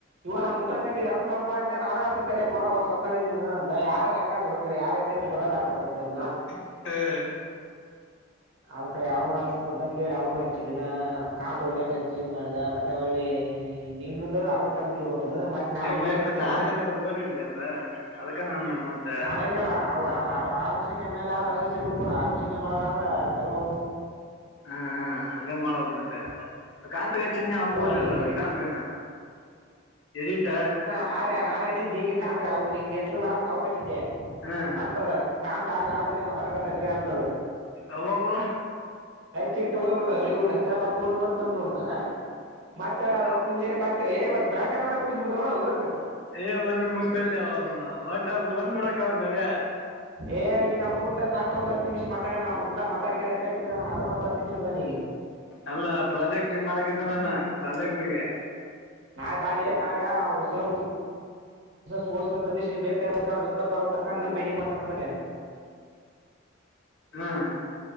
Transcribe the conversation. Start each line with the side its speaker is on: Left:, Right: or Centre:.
Right: ಇವ ನಮ್ಮ್ುತ್ತನ್ಗಚ್ಚರಿ ಹತಲಪಾ ಅಂತ ನಾನ ಹತತಡಿಯಪ್ಪಾ ಸೌ ಯಾರ ಯ ಯ ಹೆಚ್ಚಂದ್ರ ಬರದ ಆಟ ಆತ
Left: ಹ್ಮ್
Right: ಆಮ್ಮ್ ಕಡೆ ಅವನು ಹತತ್ ಅಂತ ಅವ್ನು ಹಚ್ಚಿಲ್ಲ ಕಾಂತ ಒ ಇ ಮಾಡ್ದ ಮತ್ತೆ ಒಳ್ಳಿ ನಿಮ್ದ ಅರ್ಧ ದ ಮ ನ ಒಂದ
Left: ಹ ಮತ್ತೆ ಆಗಲ್ಲ ಓದಿಲ್ರಿ ಅದ ಅದಕ್ಕ ನಾನು ಮತ್ತೆ
Right: ನಂದಲ್ಲ ಆರು ಆರು ಒಂದು ಸೆಕಂಡ್ ಮೇಲೆ ಆದ್ರ ಅಷ್ಟೇ ಬಿಟ್ಕೊಂಡು ಆರಂದು ಸೆಕಂಡ್ ಒಳಗ ಆದ್ರ ತಗಬ
Left: ಹಾ ಹಂಗ ಮಾಡ್ಬೇಕಕ್ ಮತ್ತೆ ಕಾಂತಕ ಚಿನ್ನ ಹಗೂಲಿಲ್ಲ
Right: ಬಿಡು ಅವನು ಎಡಿಟ್
Left: ಕಾಂತಕನ ಎಡಿಟ
Right: ನಾಳೆ ನಾನನ್ ಹಚ್ಚಿದ್ದೆ ಈಗ ಕಾಂತಗ ಅವ ನಿನ್ಗೆ ಎತ್ಲುಾರಕ್ ಅವಾಗ ಹಚ್ಚಿದ್ದೆ
Left: ಹಾ
Right: ಅಂತದ ಕಾಂತ ಅಿ ಆಲ್ರೆಡಿ ಮಾತಾಡ್ಕತನ್ರಿ ಅಂತ
Left: ಅವಬ
Right: ಆಯತ್ ಚಟ್ಟ ಹೋಗ್ಬಡ್ತಾನ ಹೊಳಿ ಹುಣಕ ಮತ್ತೆ ಹುಣ ಬಂದ ಬಂದು ನೋಡ್ತಾನ ಮತ್ತೆ ಹತ್ತು ನಿಮಿಷ ಮತ್ತೇವ್ ಬೇಕಾರಾದ್ರೆ ಮುಗಿಸಿಬ ಬಿಡ್್ ನೋಡ ಹೋದ
Left: ಏ ಓದ ಮುಗಪಲ್ಯ ಬಟ್ ಅವ ಬಂದ್ ಬಿಡಕ್ ಆಕ್ಾಗ
Right: ಏ ಇಲ್ಲ ಮುಗಂತ ಮತ್ತೊಂದು ಹ ನಿಮಿಷ ಮಾತಾಡೋ ಒ್ ಊಟ ಮಾತಾಡ್ರ ಕಡೆ ಅದ್ರ ಒಂದು ಹತ್ತು ನಿಮಷ ಇಡ್ದಾನ ಈಗ
Left: ಅಲ್ಲ ಪ್ರಾಜೆಕ್ಟ್ ಮಾಡಕತೆ ನಾನ ಪ್ರಾಜೆಕ್ಟ್ಗೆ
Right: ನಾಳೆ ಬಾಿ ನಾಳೆ ಸ ಸೋರ್ಸ ತಗಸಿ ಬೇಕಬೇಕಾ ಬೇಕ ಬೇಕ ತಕ್ಕ ಅ ಬೆಂಡಿಂಗ ಮಾಡ್ಸ ಅಂತಏನು
Left: ಹ್ಮ